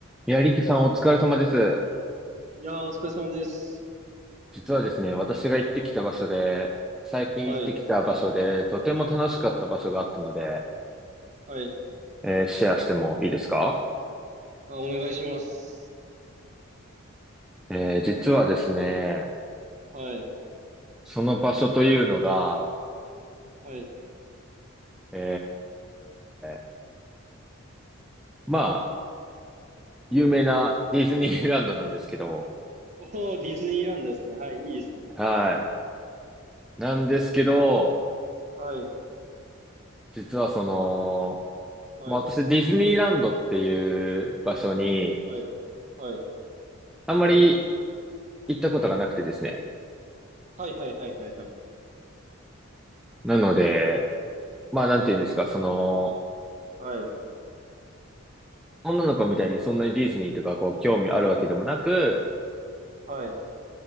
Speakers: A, in the centre; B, on the right.
A: いや、リキさんお疲れ様です。
B: いやー、お疲れ様です。
A: 実はですね、私が行ってきた場所で、最近行ってきた場所で、
B: はい。
A: とても楽しかった場所があったので、
B: はい。
A: えーシェアしてもいいですか
B: あ、お願いします。
A: えー実はですね、
B: はい。
A: その場所というのが、
B: はい。
A: えーまあ、有名なディズニーランドなんですけど、
B: おー、ディズニーランドですね。はい。いいですね。
A: はい。なんですけど、
B: はい。
A: 実はその、
B: はい。
A: まあ私ディズニーランドっていう場所に、
B: はい。はい。
A: あんまり行ったことがなくてですね。
B: はい。はい。はい。はい。
A: なので、まあ、なんていうんですか、その、
B: はい。
A: 女の子みたいにそんなにディズニーとかこう興味あるわけでもなく、
B: はい。